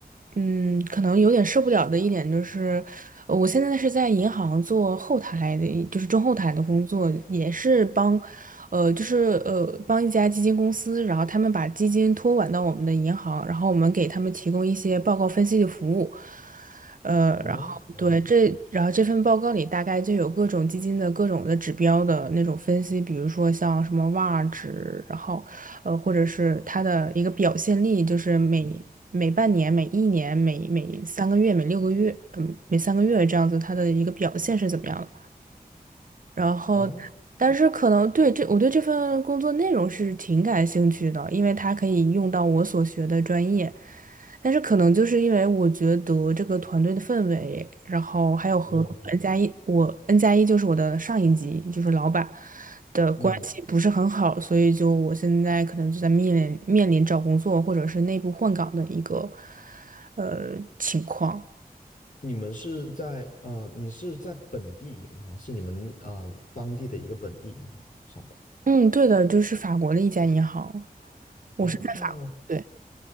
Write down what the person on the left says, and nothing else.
哦哦
哦，
这样好。
嗯。
你们是在呃，你是在本地银行，是你们啊、呃当地的一个本地银行上班。
哦